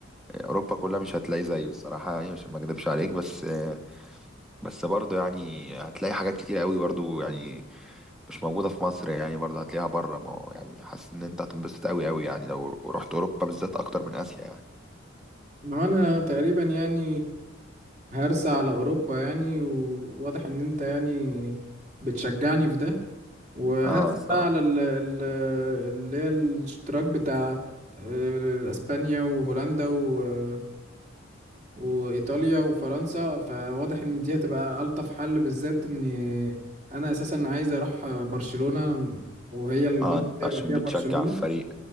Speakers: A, in the centre; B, on the right (about 35°).
A: اوروبا كلها مش هتلاقي زيه الصراحه يعني عشان ما اكدبش عليك بس آه، بس برضه يعني هتلاقي حاجات كتير قوي برضه يعني مش موجودة في مصر يعني برضه هتلاقيها بره ما هو يعني حاسس ان انت هتنبسط قوي قوي يعني لو رحت اوروبا بالذات اكتر من اسيا يعني
B: ما انا تقريبا يعني هرسى على اوروبا يعني وواضح ان انت يعني بتشجعني في ده وهرسى
A: اه الصراحة
B: بقى على ال- ال- اللي هي الاشتراك بتاع آه، اسبانيا وهولندا و- وايطاليا وفرنسا فواضح ان دي هتبقى الطف حل بالذات ان انا اساسا عايز اروح برشلونة وهي البطولة
A: اه انت
B: هيبقى
A: عشان
B: فيها
A: بتشجع
B: برشلونة
A: الفريق